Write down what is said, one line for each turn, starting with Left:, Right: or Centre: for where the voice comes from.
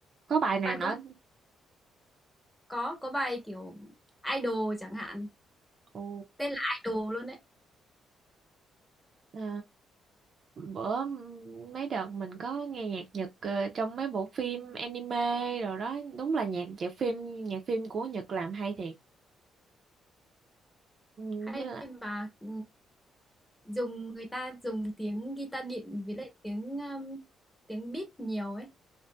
Right: có bài nào
Centre: Bạn
Right: nói
Centre: có có có bài kiểu idol chẳng hạn,
Right: Ồ,
Centre: tên là idol luôn đấy.
Right: ờ, bữa mấy đợt mình có nghe nhạc Nhật ờ, trong mấy bộ phim anime rồi đó, đúng là nhạc nhạc phim nhạc phim của Nhật làm hay thiệt. Ừ,
Centre: Hay
Right: Với lại
Centre: và ừ, dùng người ta dùng tiếng guitar điện với lại tiếng um, tiếng beat nhiều ấy.